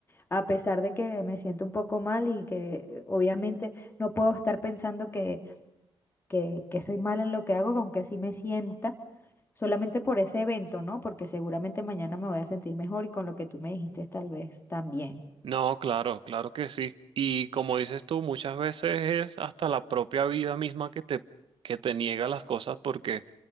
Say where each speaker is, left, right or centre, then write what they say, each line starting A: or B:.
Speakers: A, on the left (about 25°); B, on the right (about 60°).
A: a pesar de que me siento un poco mal y que eh, obviamente no puedo estar pensando que que, que soy mala en lo que hago, con que así me sienta, solamente por ese evento, ¿no? Porque seguramente mañana me voy a sentir mejor y con lo que tú me dijiste tal vez también.
B: No, claro, claro que sí. Y como dices tú, muchas veces es hasta la propia vida misma que te, que te niega las cosas porque,